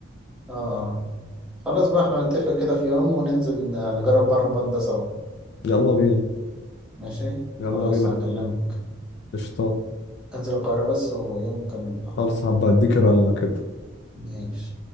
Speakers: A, in the centre; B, on the left.
A: اه آه. خلاص بقى احنا نتفق كده في يوم وننزل نجرب بنا بان ده سوا
B: يلا بينا
A: ماشي؟
B: يلا
A: خلاص
B: بينا
A: هكلمك
B: قشطه
A: انزل القاهرة بس ويوم نكلم بعض
B: خلاص هبقى اديك رنه كده
A: ماشي